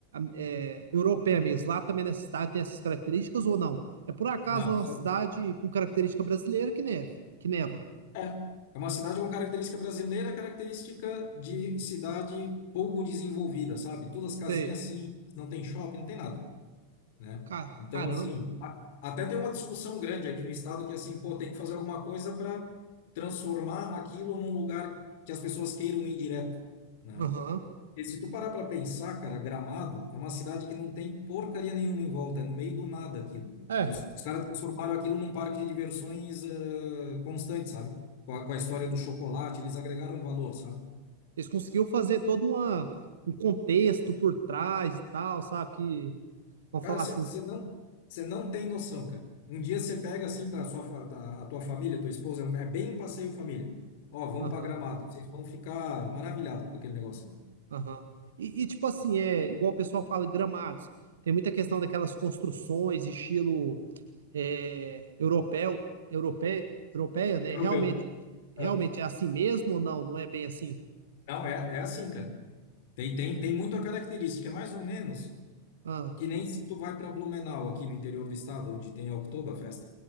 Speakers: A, on the right (about 65°); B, on the left (about 50°).
A: é, europeia mesmo. Lá também nessa cidade tem essas características ou não? É por acaso
B: Não,
A: uma
B: só-
A: cidade com característica brasileira que neve, que neva.
B: é. É uma cidade com característica brasileira, característica de cidade pouco desenvolvida, sabe? Todas as casinhas
A: Sei.
B: assim, não tem shopping, não tem nada, né?
A: Ca-
B: Então,
A: Caramba.
B: assim, a- até tem uma discussão grande aqui no estado que, assim, pô, tem que fazer alguma coisa para transformar aquilo num lugar que as pessoas queiram ir direto, né?
A: Aham.
B: E se tu parar pra pensar, cara, Gramado é uma cidade que não tem porcaria nenhuma em volta, é no meio do nada aquilo.
A: É.
B: E os, os caras transformaram aquilo num parque de diversões eh, constante, sabe? Com a, com a história do chocolate, eles agregaram valor, sabe?
A: Eles conseguiram fazer todo uma, um contexto por trás e tal, sabe? Que, vamos
B: Cara,
A: falar
B: você
A: assim.
B: não, você não tem noção, cara. Um dia você pega assim para sua fa- a, a tua família, tua esposa, é, um- é bem um passeio família. Ó, vamos
A: Aham.
B: para Gramado, vocês vão ficar maravilhados com aquele negócio,
A: Aham. E, e, tipo assim, é igual o pessoal fala, gramados. Tem muita questão daquelas construções, estilo é, europeu, europe, europeia, né?
B: cara.
A: Realmente,
B: Europeu.
A: realmente
B: Ah,
A: é assim mesmo ou não? Não é bem assim?
B: não, é, é assim, cara. Tem, tem, tem muita característica, é mais ou menos.
A: Ah,
B: Que nem se tu vai para Blumenau, aqui no interior do estado, onde tem a Oktoberfest,